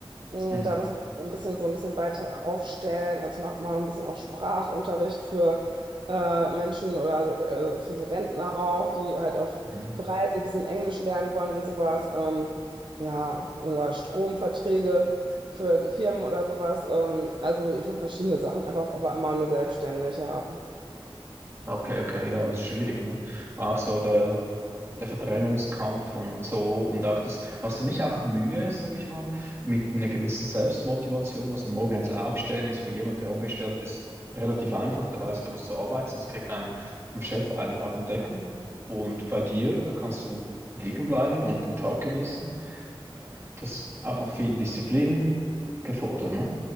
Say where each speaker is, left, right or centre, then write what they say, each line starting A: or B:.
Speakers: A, on the right (about 55°); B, on the right (about 30°).
A: Und
B: mhm.
A: da muss man sich ein bisschen so ein bisschen weiter aufstellen. Also ich mache immer noch ein bisschen auch Sprachunterricht für äh, Menschen oder so, äh, für so Rentner auch, die halt auf
B: Mhm.
A: für Reisen ein bisschen Englisch lernen wollen und sowas. Ähm, ja, oder Stromverträge für Firmen oder sowas. Ähm, also ich mache verschiedene Sachen einfach, aber immer nur selbstständig, ja.
B: Okay, okay, ja, ist schwierig, ne? Auch so der, der Verdrängungskampf und so und auch dies. Hast du nicht auch Mühe, sag ich mal, mit einer gewissen Selbstmotivation? Also morgen jetzt aufstehen ist für jemanden, der angestellt ist, relativ einfach. Der weiß, der muss zur Arbeit, sonst kriegt ein vom Chef einen auf den Deckel. Und bei dir, da kannst du liegen bleiben und den Tag genießen. Äh, Das ist auch noch viel Disziplin gefordert, ne?